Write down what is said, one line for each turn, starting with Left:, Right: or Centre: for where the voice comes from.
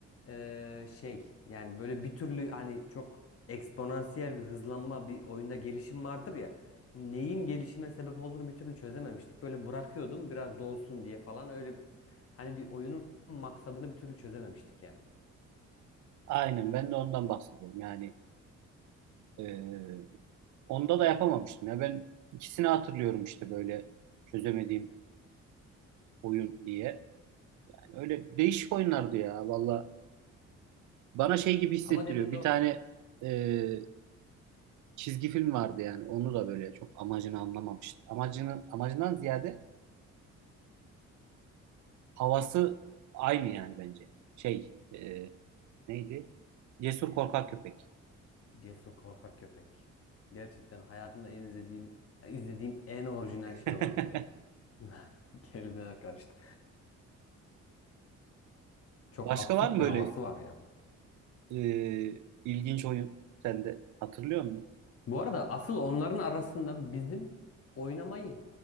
Left: eee, şey yani böyle bir türlü hani çok eksponansiyel bir hızlanma bir oyunda gelişim vardır ya. Neyin gelişime sebep olduğunu bir türlü çözememiştik. Böyle bırakıyordum biraz dolsun diye falan öyle hani bir oyunun maksadını bir türlü çözememiştik yani.
Right: Aynen ben de ondan bahsediyorum. Yani ee, Onda da yapamamıştım. Ya ben ikisini hatırlıyorum işte böyle çözemediğim oyun diye. Yani öyle değişik oyunlardı ya valla. Bana şey gibi hissettiriyor.
Left: Ama dediğin
Right: Bir
Left: doğru.
Right: tane e, çizgi film vardı yani. Onu da böyle çok amacını anlamamıştım. Amacını, amacından ziyade havası aynı yani bence. Şey e, neydi? Cesur Korkak Köpek.
Left: Cesur korkak köpek. Gerçekten hayatımda en izlediğim izlediğim en orijinal şey
Right: <laughs>
Left: olabilir ya. <laughs> Kelimeler karıştı. Çok
Right: Başka
Left: absürt
Right: var mı
Left: bir
Right: böyle
Left: havası var ya.
Right: e, ilginç oyun sen de Hatırlıyor musun?
Left: Bu arada asıl onların arasında bizim oynamayı